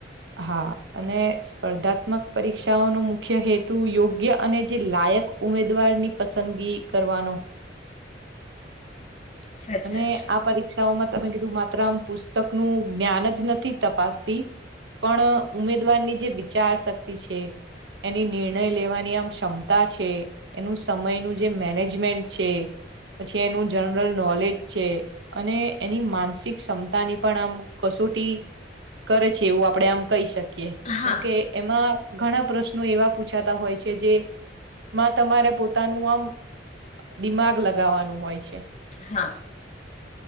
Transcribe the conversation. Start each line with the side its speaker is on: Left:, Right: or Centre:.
Right: હા, અને સ્પર્ધાત્મક પરીક્ષાઓનો મુખ્ય હેતુ, યોગ્ય અને જે લાયક ઉમેદવાર ની પસંદગી. કરવાનો.
Left: સાચી
Right: અને
Left: વાત છે
Right: આ પરીક્ષાઓમાં, તમે કીધું, માત્ર આમ પુસ્તક નું જ્ઞાન જ નથી તપાસતી. પણ ઉમેદવારની જે વિચાર શક્તિ છે એની નિર્ણય લેવાની આમ ક્ષમતા છે એનું સમયનું જે મેનેજમેન્ટ છે પછી એનું જનરલ નોલેજ છે અને એની માનસિક ક્ષમતા ની પણ આમ કસોટી કરે છે એવું આપડે આમ કહી શકીએ
Left: હા
Right: કેમકે એમાં ઘણા પ્રશ્નો એવા પૂછાતા હોય છે જે માં તમારે પોતાનું આમ દિમાગ લગાવાનું હોય છે
Left: હા